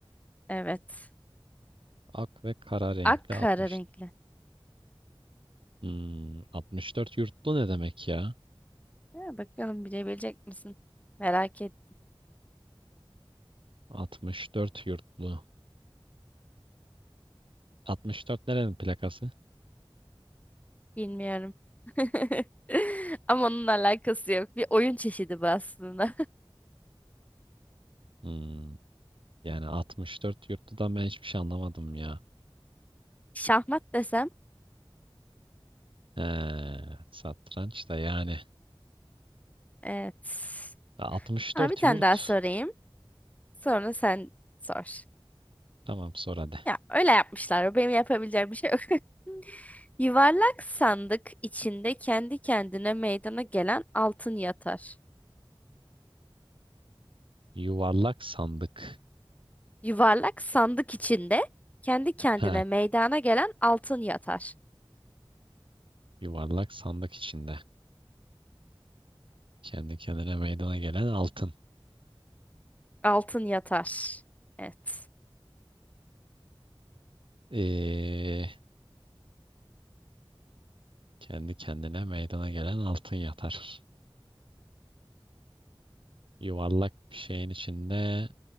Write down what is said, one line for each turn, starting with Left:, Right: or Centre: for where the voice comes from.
Left: Evet.
Right: Ak ve kara renkli
Left: Ak kara
Right: 60.
Left: renkli.
Right: Hmm, 64 yurtlu ne demek ya?
Left: Ha, bakalım bilebilecek misin? Merak et.
Right: 64 yurtlu. 64 nerenin plakası?
Left: Bilmiyorum. <laughs> Ama onunla alakası yok. Bir oyun çeşidi bu aslında.
Right: Hmm, yani 64 yurtludan ben hiçbir şey anlamadım ya.
Left: <laughs> Şahmat desem
Right: He, satranç da yani.
Left: Evet.
Right: 64
Left: Ama bir tane
Right: yurt.
Left: daha sorayım. Sonra sen sor.
Right: Tamam sonra hadi.
Left: Ya öyle yapmışlar. Benim yapabileceğim bir şey yok. <laughs> Yuvarlak sandık içinde kendi kendine meydana gelen altın yatar.
Right: Yuvarlak sandık.
Left: Yuvarlak sandık içinde kendi kendine
Right: ha
Left: meydana gelen altın yatar.
Right: yuvarlak sandık içinde. Kendi kendine meydana gelen altın.
Left: Altın yatar. Evet.
Right: Ee, Kendi kendine meydana gelen altın yatar. Yuvarlak bir şeyin içinde